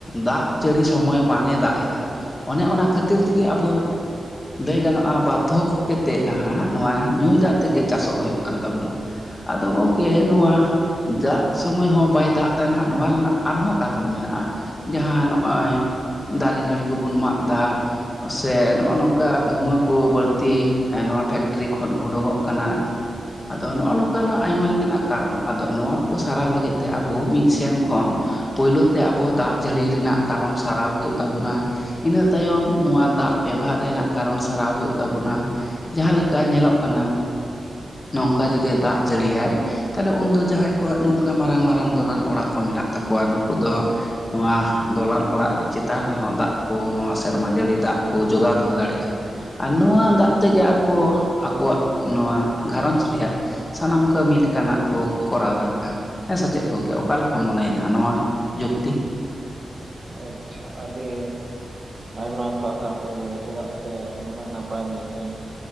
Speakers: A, on the left; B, on the right.
A: ᱫᱟᱜ ᱡᱟᱹᱲᱤ ᱥᱚᱢᱚᱭ ᱵᱟᱝ ᱮ ᱫᱟᱜ ᱮᱫᱟ᱾ ᱚᱱᱮ ᱚᱱᱟ ᱠᱷᱟᱹᱛᱤᱨ ᱛᱮᱜᱮ ᱟᱵᱚ ᱞᱟᱹᱭ ᱜᱟᱱᱚᱜ ᱵᱟᱫᱽᱫᱷᱚ ᱠᱟᱛᱮᱫ ᱱᱟᱦᱟᱜ ᱱᱚᱣᱟ ᱧᱩᱭ ᱫᱟᱜ ᱛᱮᱜᱮ ᱪᱟᱥᱚᱜ ᱦᱩᱭᱩᱜ ᱠᱟᱱ ᱛᱟᱵᱚᱱᱟ᱾ ᱟᱫᱚ ᱜᱚᱝᱠᱮ ᱱᱚᱣᱟ ᱫᱟᱜ ᱥᱚᱢᱚᱭ ᱦᱚᱸ ᱵᱟᱭ ᱫᱟᱜ ᱛᱟᱦᱮ ᱦᱟᱜ ᱱᱚᱣᱟ ᱨᱮᱱᱟᱜ ᱟᱨᱦᱚᱸ ᱠᱟᱨᱚᱱ ᱢᱮᱱᱟᱜᱼᱟ᱾ ᱡᱟᱦᱟᱸ ᱱᱚᱜᱼᱚᱭ ᱫᱟᱨᱮ ᱱᱟᱹᱲᱤ ᱠᱚᱵᱚᱱ ᱢᱟᱜ ᱫᱟ ᱥᱮ ᱱᱚᱜᱼᱚ ᱱᱚᱝᱠᱟ ᱫᱷᱩᱣᱟᱹ ᱠᱚ ᱵᱟᱹᱲᱛᱤ ᱱᱚᱣᱟ ᱯᱷᱮᱠᱴᱨᱤ ᱠᱷᱚᱱ ᱩᱰᱩᱝᱚᱜ ᱠᱟᱱᱟ᱾ ᱟᱫᱚ ᱱᱚᱜᱼᱱᱚᱝᱠᱟᱱᱟᱜ ᱟᱭᱢᱟ ᱞᱮᱠᱟᱱᱟᱜ ᱠᱟᱨᱚᱱ ᱟᱫᱚ ᱱᱚᱣᱟ ᱠᱚ ᱥᱟᱨᱟᱣ ᱞᱟᱹᱜᱤᱫ ᱛᱮ ᱟᱵᱚ ᱢᱤᱫ ᱥᱮᱱ ᱠᱷᱚᱱ ᱯᱳᱭᱞᱳ ᱛᱮ ᱟᱵᱚ ᱫᱟᱜ ᱡᱟᱹᱲᱤ ᱨᱮᱱᱟᱜ ᱠᱟᱨᱚᱱ ᱥᱟᱨᱟᱣ ᱦᱩᱭᱩᱜ ᱛᱟᱵᱚᱱᱟ᱾ ᱤᱱᱟᱹ ᱛᱟᱭᱚᱢ ᱱᱚᱣᱟ ᱫᱟᱜ ᱵᱮᱵᱷᱟᱨ ᱨᱮᱱᱟᱜ ᱠᱟᱨᱚᱱ ᱥᱟᱨᱟᱣ ᱦᱩᱭᱩᱜ ᱛᱟᱵᱚᱱᱟ ᱡᱟᱦᱟᱸ ᱞᱮᱠᱟ ᱧᱮᱞᱚᱜ ᱠᱟᱱᱟ ᱱᱚᱝᱠᱟ ᱡᱩᱫᱤ ᱫᱟᱜ ᱡᱟᱹᱲᱤᱭᱟᱭ ᱛᱟᱦᱞᱮ ᱩᱱᱫᱚ ᱡᱟᱦᱟᱸᱭ ᱠᱚᱣᱟᱜ ᱱᱚᱝᱠᱟ ᱢᱟᱨᱟᱝ - ᱢᱟᱨᱟᱝ ᱫᱚᱞᱟᱱ ᱚᱲᱟᱜ ᱠᱚ ᱢᱮᱱᱟᱜ ᱛᱟᱠᱚᱣᱟ ᱱᱩᱠᱩ ᱫᱚ ᱱᱚᱣᱟ ᱫᱚᱞᱟᱱ ᱚᱲᱟᱜ ᱪᱮᱛᱟᱱ ᱨᱮᱦᱚᱸ ᱫᱟᱜ ᱠᱚ ᱱᱚᱣᱟ ᱥᱮᱨᱢᱟ ᱡᱟᱹᱲᱤ ᱫᱟᱜ ᱠᱚ ᱡᱚᱜᱟᱣ ᱫᱚᱦᱚ ᱫᱟᱲᱮᱭᱟᱜᱼᱟ᱾ ᱟᱨ ᱱᱚᱣᱟ ᱫᱟᱜ ᱛᱮᱜᱮ ᱟᱠᱚ ᱟᱠᱚᱣᱟᱜ ᱱᱚᱣᱟ ᱜᱷᱟᱨᱚᱸᱡᱽ ᱨᱮᱭᱟᱜ ᱥᱟᱱᱟᱢ ᱠᱟᱹᱢᱤ ᱞᱮᱠᱟᱱᱟᱜ ᱠᱚ ᱠᱚᱨᱟᱣ ᱫᱟᱲᱮᱭᱟᱜᱼᱟ᱾ ᱦᱮᱸ ᱥᱮᱪᱮᱫ ᱜᱚᱢᱠᱮ ᱚᱠᱟ ᱞᱮᱠᱟᱢ ᱢᱚᱱᱮᱭᱮᱫᱟ ᱱᱚᱣᱟ ᱡᱩᱠᱛᱤ?
B: ᱟᱪᱪᱷᱟ ᱟᱹᱰᱤ ᱟᱭᱢᱟ ᱥᱟᱨᱦᱟᱣ ᱯᱳᱭᱞᱳ ᱨᱮ, ᱪᱮᱫᱟᱜ ᱥᱮ ᱱᱩᱱᱟᱹᱜ ᱱᱟᱯᱟᱭ ᱢᱤᱫᱴᱮᱱ